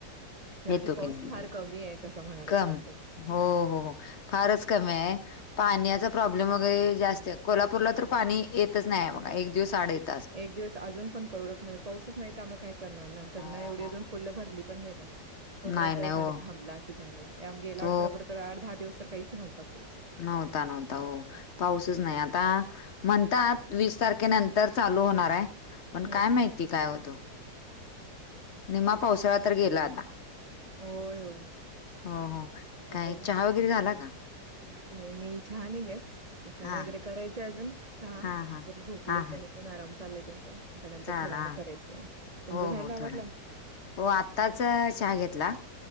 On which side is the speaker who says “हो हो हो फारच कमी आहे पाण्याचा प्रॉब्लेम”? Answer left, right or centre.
Left